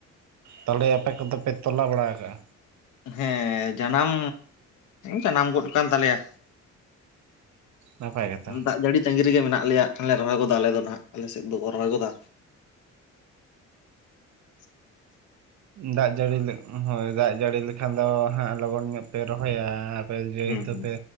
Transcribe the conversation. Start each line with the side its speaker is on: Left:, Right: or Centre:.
Right: ᱛᱟᱦᱚᱞᱮ ᱟᱯᱮ ᱠᱚ ᱫᱚ ᱯᱮ ᱛᱚᱞᱟ ᱵᱟᱲᱟ ᱟᱠᱟᱜᱼᱟ᱾
Left: ᱦᱮᱸ ᱡᱟᱱᱟᱢ ᱡᱟᱱᱟᱢ ᱜᱚᱫ ᱟᱠᱟᱱ ᱛᱟᱞᱮ ᱭᱟ᱾
Right: ᱱᱟᱯᱟᱭ ᱠᱟᱛᱷᱟ
Left: ᱫᱟᱜ ᱡᱟᱹᱲᱤ ᱛᱟᱺᱜᱤ ᱨᱮ ᱜᱮ ᱢᱮᱱᱟᱜ ᱞᱮᱭᱟ ᱠᱷᱟᱱ ᱞᱮ ᱨᱚᱦᱚᱭ ᱜᱚᱫᱟ ᱟᱞᱮ ᱫᱚ ᱱᱟᱦᱟᱜ ᱟᱞᱮ ᱥᱮᱫ ᱫᱚᱠᱚ ᱨᱚᱦᱚᱭ ᱜᱚᱫᱟ᱾ <inaudible>
Right: ᱫᱟᱜ ᱡᱟᱹᱲᱤ ᱦᱳᱭ ᱫᱟᱜ ᱡᱟᱹᱲᱤ ᱞᱮᱠᱷᱟᱱ ᱫᱚ ᱦᱟᱸᱜ ᱞᱚᱜᱚᱱ ᱧᱚᱜ ᱯᱮ ᱨᱚᱦᱚᱭᱟ᱾ ᱟᱨ ᱟᱯᱮ ᱡᱮᱦᱮ
Left: ᱦᱩᱸ
Right: ᱛᱩ
Left: ᱦᱩᱸ
Right: ᱯᱮ